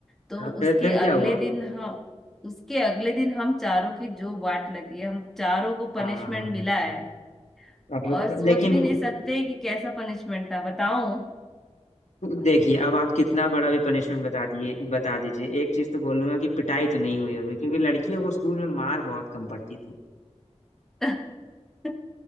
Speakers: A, in the centre; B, on the left (about 85°).
A: तो
B: हाँ, फिर
A: उसके
B: फिर क्या
A: अगले
B: हुआ
A: दिन हम उसके अगले दिन हम चारों की जो वाट लगी है, हम चारों को
B: हाँ
A: पनिशमेंट मिला है
B: आप लोग
A: और सोच
B: लेकिन
A: भी नहीं सकते कि कैसा पनिशमेंट था बताओ
B: देखिए अब आप कितना बड़ा भी पनिशमेंट बता दिए बता दीजिए एक चीज तो बोलूंगा कि पिटाई तो नहीं हुई होगी क्योंकि लड़कियों को स्कूल में मार बहुत कम पड़ती थी
A: <laughs> <laughs>